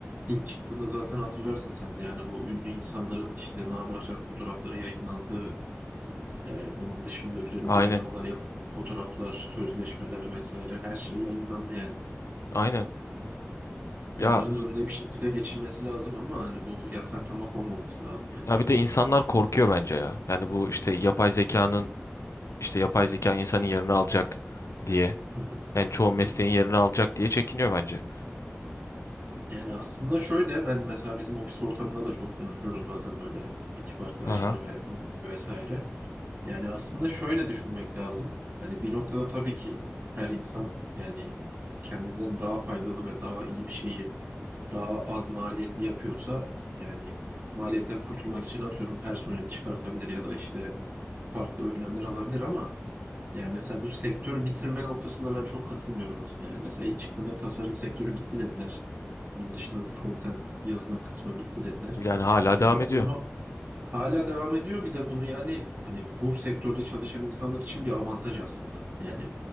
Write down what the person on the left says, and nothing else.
Aynen,
aynen.
Ya
ya bir de insanlar korkuyor bence ya. Yani bu işte yapay zekanın İşte yapay zeka insanın yerini alacak diye.
Yani çoğu mesleğin
yerini alacak diye çekiniyor bence.
Aha.
Yani hala
devam
ediyor.